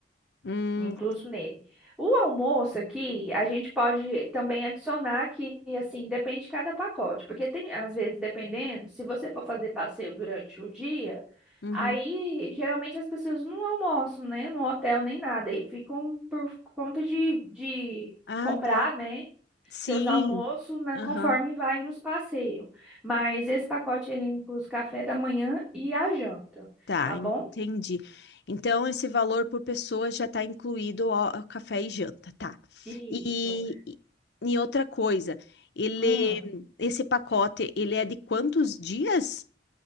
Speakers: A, on the left; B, in the centre.
A: Hum,
B: incluso nele. O almoço aqui, a gente pode também adicionar que, assim, depende de cada pacote, porque tem, às vezes, dependendo, se você for fazer passeio durante o dia,
A: uhum.
B: aí geralmente as pessoas não almoçam, né, no hotel nem nada, e ficam por conta de, de
A: Ah,
B: comprar,
A: tá.
B: né,
A: Sim.
B: seus almoços, né,
A: Aham.
B: conforme vai nos passeios. Mas esse pacote, ele inclui o café da manhã e a janta,
A: Tá,
B: tá bom?
A: entendi. Então, esse valor por pessoa já está incluído ao, ao café e janta, tá?
B: Isso.
A: E, e, e outra coisa, ele,
B: Hum.
A: esse pacote, ele é de quantos dias?